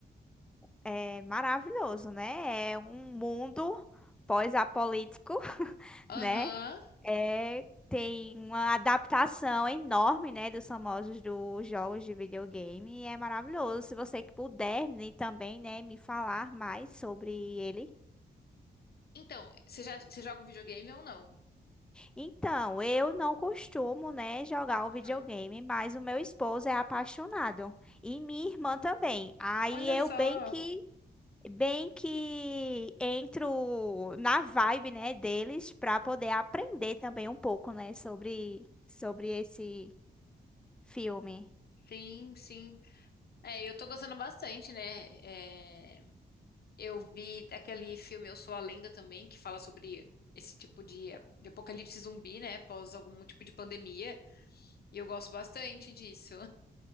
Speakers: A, in the centre; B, on the left (about 60°).
A: é, maravilhoso, né? É um mundo pós-apolítico, <laughs>
B: Aham.
A: né? É, tem uma adaptação enorme, né, dos famosos dos jogos de videogame e é maravilhoso. Se você que puder me também, né, me falar mais sobre ele.
B: Então, você já, você joga um videogame ou não?
A: Então, eu não costumo, né, jogar o
B: Aham.
A: videogame, mas o meu esposo é apaixonado e minha irmã também. Aí
B: Olha
A: eu
B: só.
A: bem que Bem que entro na vibe, né, deles para poder aprender também um pouco, né, sobre sobre esse filme.
B: Sim, sim. É, eu tô gostando bastante, né? É, Eu vi aquele filme Eu Sou a Lenda também, que fala sobre esse tipo de, de apocalipse zumbi, né? Após algum tipo de pandemia. E eu gosto bastante disso.